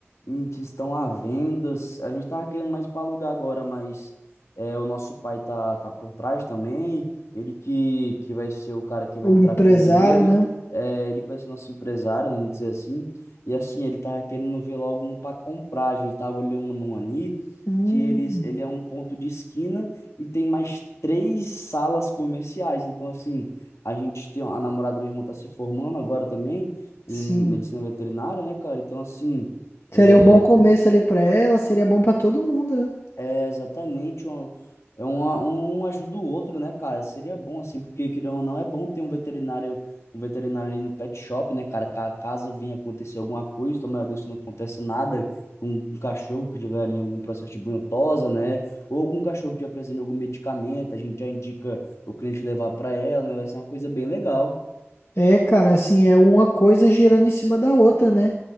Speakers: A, on the left; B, on the left.
A: em que estão à vendas. A gente estava querendo mais para alugar agora, mas é, o nosso pai tá, tá por trás também. Ele que, que vai ser o cara que vai
B: O
A: entrar
B: empresário,
A: com o dinheiro.
B: né?
A: e, É, ele que vai ser nosso empresário, né, vamos dizer assim. E assim, ele estava querendo ver logo um para comprar. A gente estava olhando um ali
B: Hum,
A: que eles, ele é um ponto de esquina e tem mais três salas comerciais. Então, assim. A gente tem a namorada do meu irmão tá se formando agora também
B: sim.
A: em medicina veterinária, né, cara? Então, assim, é,
B: Seria um bom começo ali pra ela, seria bom pra todo mundo, né?
A: é exatamente um, é uma, um ajuda o outro, né, cara? Seria bom, assim, porque, querendo ou não, é bom ter um veterinário, um veterinário ali no pet shop, né, cara? Ca- Caso vinha acontecer alguma coisa, tomara a Deus que não aconteça nada com um cachorro que tiver ali algum processo de bunhosa, né? Ou algum cachorro que tiver precisando de algum medicamento, a gente já indica o cliente levar para ela, né? Vai ser uma coisa bem legal.
B: É, cara, assim, é uma coisa girando em cima da outra, né?